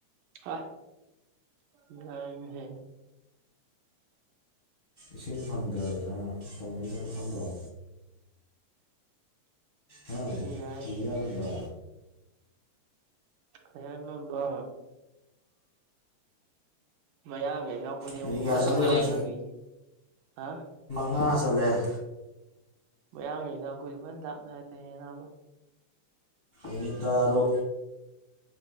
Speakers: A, on the right; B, on the left.
A: ꯑ ꯉꯏ ꯍꯦ
B: ꯏꯁꯤꯡ ꯐꯪꯗꯗꯅ ꯇꯧꯅꯩꯗꯨꯅ ꯈꯪꯗ꯭ꯔꯣ ꯎꯝ
A: ꯍ ꯌꯥꯏ
B: ꯍꯩꯖꯃꯟꯕ
A: ꯈꯌꯥꯔ ꯅꯝꯕ ꯃꯌꯥꯡꯡꯂꯅ ꯑꯩꯈꯣꯏꯁꯡꯉꯛ
B: ꯃꯤꯅꯤꯠ ꯀꯌꯥ
A: ꯐꯖꯅ
B: ꯆꯠꯂꯦ ꯌꯦꯡꯉꯨ
A: ꯂꯥꯛꯅꯕꯤꯔꯤ ꯍꯥ
B: ꯑ ꯆꯜꯂꯦ
A: ꯃꯌꯥꯡꯉꯅ ꯑꯩꯈꯣꯏꯁꯨ ꯐꯅ ꯂꯥꯛꯅꯔꯦ ꯑꯅꯥꯕ
B: ꯏ ꯅꯇꯔ ꯑꯣ